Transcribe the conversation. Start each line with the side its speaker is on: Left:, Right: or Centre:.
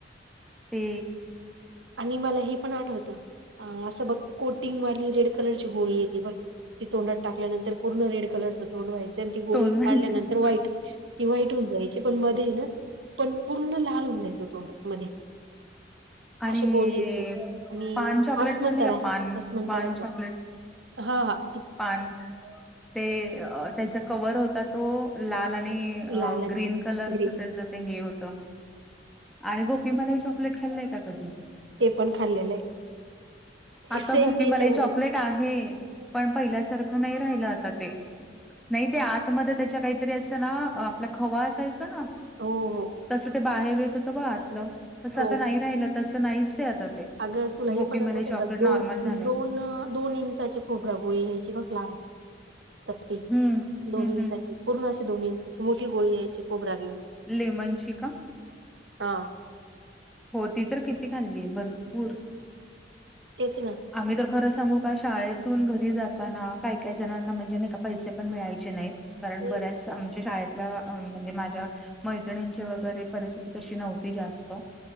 Centre: ते
Right: आणि मला हे पण आठवतं असं बघ कोटिंगवाली रेड कलरची गोळी येते बघ. ती तोंडात टाकल्यानंतर पूर्ण रेड कलरचं तोंड व्हायचं आणि ती गोळी
Centre: तोंड माझं
Right: काढल्यानंतर व्हाईट ती व्हाईट होऊन जायची पण मध्ये ना पण पूर्ण लाल होऊन जायचं तोंड मध्ये
Centre: आणि
Right: अशी गोळी येती ती आणि
Centre: पान चॉकलेट
Right: आसमतरा
Centre: खाल्ले का पान?
Right: असमतराच्या
Centre: पान चॉकलेट
Right: हा हा!
Centre: पान ते त्याचा कवर होता तो लाल आणि
Right: आहे. लाल आणि
Centre: ग्रीन कलरच
Right: ग्रीन
Centre: त्याच ते हे हो त आणि गोपी मलाई चॉकलेट खाल्लय का कधी?
Right: ते पण खाल्लेलं आहे
Centre: आता
Right: सेम
Centre: गोपी
Right: याच्यामध्ये
Centre: मलाई चॉकलेट आहे. पण पहिल्यासारखं नाही राहिलं आता ते नाही ते आतमध्ये त्याच्या काय तरी असं ना आपला खवा असायचा ना
Right: हो हो
Centre: तस ते बाहेर येत होतं ब आतलं तसं
Right: हो
Centre: आता नाही
Right: हो
Centre: राहिलं तसं नाहीच आता ते.
Right: अगं तुला ही
Centre: गोपीमलाई
Right: आठवत
Centre: चॉकलेट
Right: का दोन
Centre: नॉर्मल झालंय.
Right: दोन दोन इंचाची खोबरागोळी यायची बघ लांब चपटी
Centre: हम्म
Right: दोन
Centre: हम्म
Right: इंचाची
Centre: हम्म
Right: पूर्ण अशी दोन इंचाची मोठी गोळी यायची खोबऱ्यातन
Centre: लेमनची का?
Right: आ!
Centre: हो ती तर किती खाल्लीय भरपूर.
Right: तेच ना!
Centre: आम्ही तर खरं सांगू का शाळेतून घरी जाताना काही काही जणांना म्हणजे नाही का पैसे पण मिळायचे नाही कारण
Right: हम्म
Centre: बऱ्याच आमच्या शाळेत ल्या अं म्हणजे माझ्या मैत्रिणीची वगैरे परिस्थिती तशी नव्हती जास्त